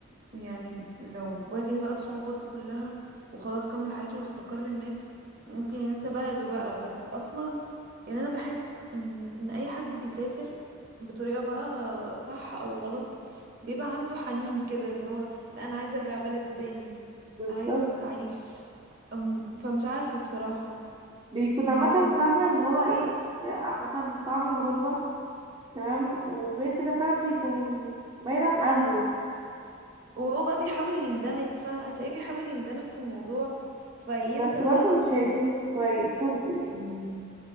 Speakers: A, on the right; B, on the right.
A: يعني لو واجه بقى الصعوبات دي كلها وخلاص كمل حياته واستقر هناك ممكن ينسى بلده بقى بس اصلا يعني انا بحس ان ان اي حد بيسافر بطريقة بقى صح او غلط بيبقى عنده حنين كده اللي هو لا انا عايز ارجع بلدي تاني
B: بالظبط
A: عايز اعيش أم- فمش عارفة بصراحة
B: بيكون
A: يعني
B: عامة فاهمة اللي هو ايه ده عامة من طعم الغربة تمام وغير كده فعلا بيكون بعيد عن أهله
A: وهو بقى بيحاول يندمج فاهم هتلاقيه بيحاول يندمج في الموضوع فينسى
B: بس برضه
A: بقى اصله
B: مش هيكون كويس برضه يعني